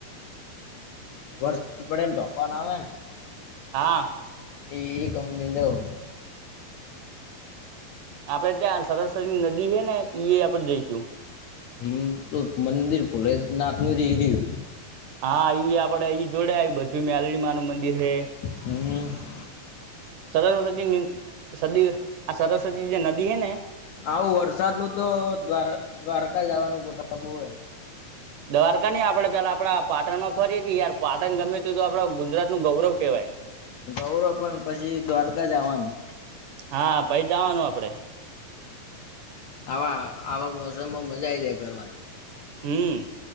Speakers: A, on the left; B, on the right.
A: રસાદ પડે ને ફોન આવે ને
B: હા
A: ઈ એ કંપની જાઉં હું.
B: આપડે ત્યાં સરસ્વતીની નદી હૈ ને ઈ આપડે જઈશું.
A: હમ્મ, તો મંદિર ભલો નાપ નું રહી ગયું.
B: હા, ઈ આપડે ઈ જોડે આવી બધું મેલડી માનું મંદિર હે.
A: હમ્મ.
B: સરસ્વતી ની સદી આ સરસ્વતી જે નદી હે ને
A: આવું વરસાદનું તો દ્વાર દ્વારકા જવાનું ગોઠબું હે.
B: દવારકા નઈ આપણેે પેલા આપડા પાટણમાં ફરીએ કે યાર પાટણ ગમે તે જો આપડા ગુજરાતનું ગૌરવ કેવાય.
A: ગૌરવ પણ પછી દ્વારકા જવાનું
B: હા, પહિ જાવાનું આપડે.
A: આવા આવા મોસમમાં મજા આઈ જાય ફરવાની.
B: હમ